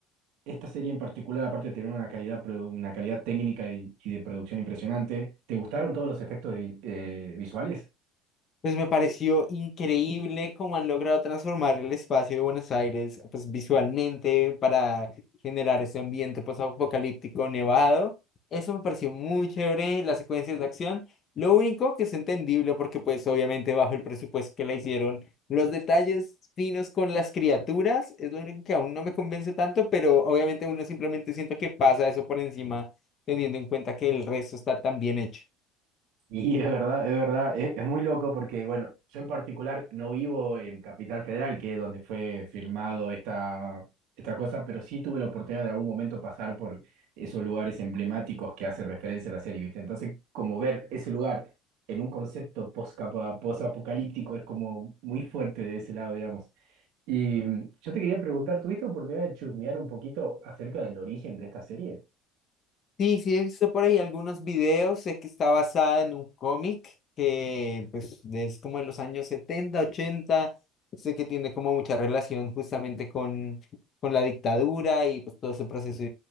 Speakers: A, on the right (about 70°); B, on the left (about 45°).
A: esta serie en particular, aparte de tener una calidad, produ- una calidad técnica y, y de producción impresionante, ¿te gustaron todos los efectos vi- eh, visuales?
B: Pues me pareció increíble cómo han logrado transformar el espacio de Buenos Aires, pues visualmente para generar ese ambiente post-apocalíptico nevado. Eso me pareció muy chévere, las secuencias de acción. Lo único que es entendible porque pues obviamente bajo el presupuesto que la hicieron, los detalles finos con las criaturas es lo único que aún no me convence tanto, pero obviamente uno simplemente siento que pasa eso por encima, teniendo en cuenta que el resto está tan bien hecho.
A: Y es verdad, es verdad, es, es muy loco porque, bueno, yo en particular no vivo en Capital Federal, que es donde fue firmado esta, esta cosa, pero sí tuve la oportunidad de algún momento pasar por esos lugares emblemáticos que hace referencia a la serie, ¿viste? Entonces, como ver ese lugar en un concepto post-apocalíptico es como muy fuerte de ese lado, digamos. Y mm, yo te quería preguntar, ¿tuviste oportunidad de chusmear un poquito acerca del origen de esta serie?
B: Sí, sí, he visto por ahí algunos videos, sé que está basada en un cómic que pues es como de los años 70, 80. sé que tiene como mucha relación justamente con, con la dictadura y pues todo ese proceso